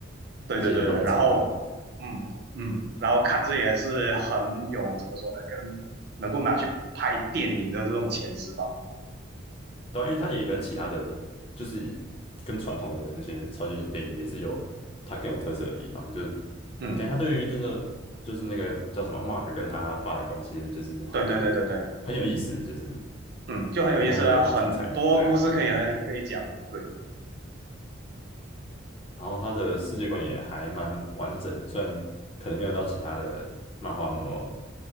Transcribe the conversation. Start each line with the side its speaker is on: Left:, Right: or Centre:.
Right: 对对对，
Left: 而且都很成功。
Right: 然后嗯嗯，然后看这也是很有怎么说呢，更能够拿去拍电影的这种潜质吧，
Left: 对啊因为他也跟其他的，就是跟传统的那些超级英雄电影也是有它更有特色的地方，就
Right: 嗯，
Left: 感觉他对于这个就是那个叫什么 Mark 跟他爸的关系，就是很
Right: 对对对对对，
Left: 很有意思，就是
Right: 嗯，就很有意思啊，
Left: 应该会蛮精彩的，
Right: 很多故事可以可以讲，
Left: 对啊。
Right: 对，
Left: 然后他的世界观也还蛮完整的，虽然可能没有到其他的漫画那么